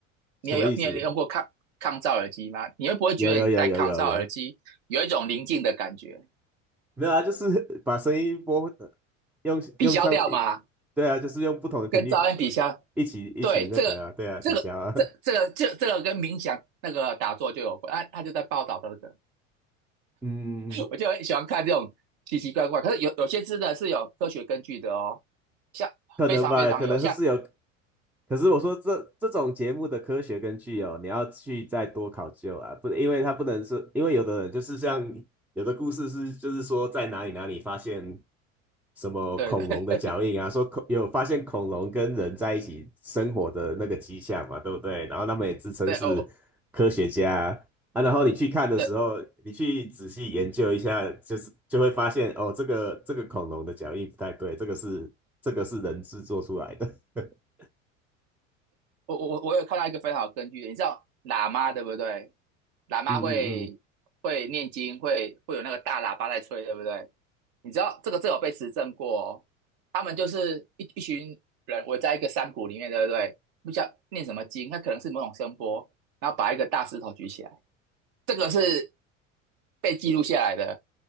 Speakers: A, on the right (about 50°); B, in the centre.
A: 你有你有用过抗抗噪耳机吗？
B: 什么意思？
A: 你会不会觉得你戴抗噪耳机有一种宁静的感觉？
B: 有有有有有有，没有啊，就是 <laughs> 把声音播，用用像，
A: 抵消掉嘛，
B: 对啊，就是用不同的频率
A: 跟噪音抵消。
B: 一起一起那个啊，
A: 对，这个这个这这个这这个跟冥想那个打坐就有关。
B: 对啊，抵消啊，<laughs>
A: 他啊他就在报道的这个，
B: 嗯，
A: 我就很喜欢看这种奇奇怪怪。可是有有些真的是有科学根据的哦，像非常非常有，
B: 可能吧，可能是有
A: 像
B: 可是我说这这种节目的科学根据哦，你要去再多考究啊，不，因为它不能是，因为有的人就是像有的故事是，就是说在哪里哪里发现什么恐龙的脚印啊，
A: 对对
B: 说恐有发现恐龙跟人在一起生活的那个迹象嘛，对不对？然后他们也自称是科学家啊，
A: 对哦
B: 啊然后你去看的时候，
A: 对
B: 你去仔细研究一下，就是就会发现哦，这个这个恐龙的脚印不太对，这个是这个是人制作出来的。<laughs>
A: 我我我我有看到一个非常好的根据的，你知道喇嘛对不对？喇嘛会会念经，
B: 嗯嗯嗯，
A: 会会有那个大喇叭在吹，对不对？你知道这个这有被实证过哦，他们就是一一群人围在一个山谷里面，对不对？不知道念什么经，它可能是某种声波，然后把一个大石头举起来，这个是被记录下来的